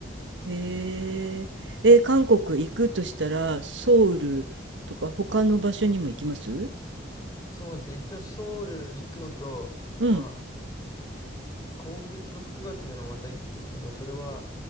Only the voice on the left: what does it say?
あ
そうですね、一応ソウルに行くのと、
まあ、今月の9月にもまた行くんですけど、それは